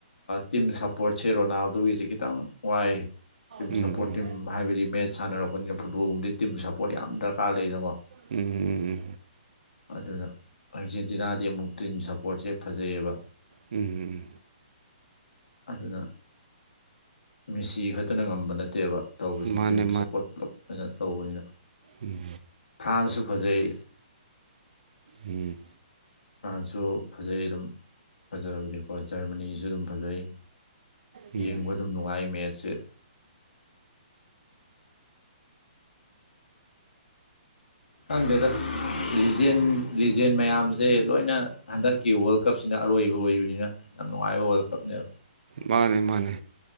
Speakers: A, on the left; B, on the right.
A: ꯇꯤꯝ ꯁꯞꯄꯣꯔꯠꯁꯦ ꯔꯣꯅꯥꯜꯗꯨꯣꯒꯤꯁꯦ ꯈꯤꯇꯪ ꯋꯥꯏ ꯇꯤꯝ
B: ꯎꯝ
A: ꯁꯞꯄꯣꯔꯠ ꯇꯤꯝ ꯍꯥꯏꯕꯗꯤ ꯃꯦꯠꯆ ꯁꯥꯟꯅꯔꯛꯄꯅꯤꯅ ꯐꯨꯠꯕꯣꯜꯒꯨꯝꯕꯗꯤ ꯇꯤꯝ ꯁꯞꯄꯣꯔꯠ ꯌꯥꯝ ꯗꯔꯀꯥꯔ ꯂꯩꯅꯀꯣ
B: ꯎꯝ ꯎꯝ
A: ꯑꯗꯨꯗꯔ ꯑꯥꯔꯖꯦꯟꯇꯤꯅꯥꯗꯤ ꯑꯃꯨꯛ ꯇꯤꯟ ꯁꯄꯣꯔꯠꯁꯦ ꯐꯖꯩꯌꯦꯕ
B: ꯎꯝ ꯎꯝ
A: ꯑꯗꯨꯗ ꯃꯤꯦꯁꯤ ꯈꯛꯇꯅ ꯉꯝꯕ ꯅꯠꯇꯦꯕ ꯇꯧꯕꯁꯦ
B: ꯃꯥꯅꯦ
A: ꯇꯤꯝ ꯁꯞꯄꯣꯔꯠ ꯄꯨꯂꯞ ꯑꯣꯏꯅ ꯇꯧꯕꯅꯤꯅ
B: ꯎꯝ
A: ꯐ꯭ꯔꯥꯟꯁꯁꯨ ꯐꯖꯩ
B: ꯎꯝ
A: ꯐ꯭ꯔꯥꯟꯁꯁꯨ ꯐꯖꯩ ꯑꯗꯨꯝ ꯐꯖꯕꯗꯤꯀꯣ ꯖꯔꯃꯅꯤꯁꯨ ꯑꯗꯨꯝ ꯐꯖꯩ
B: ꯎꯝ
A: ꯌꯦꯡꯕ ꯑꯗꯨꯝ ꯅꯨꯡꯉꯥꯏ ꯃꯦꯠꯁꯦ ꯍꯪꯗꯦꯗ ꯂꯤꯖꯦꯟ ꯂꯤꯖꯦꯟ ꯃꯌꯥꯝꯁꯦ ꯂꯣꯏꯅ ꯍꯟꯗꯛꯀꯤ ꯋꯥꯔꯜ ꯀꯞꯁꯤꯅ ꯑꯔꯣꯏꯕ ꯑꯣꯏꯕꯅꯤꯅ ꯌꯥꯝ ꯅꯨꯡꯉꯥꯏꯕ ꯋꯥꯋꯔꯜ ꯀꯞꯅꯦꯕ
B: ꯃꯥꯅꯦ ꯃꯥꯅꯦ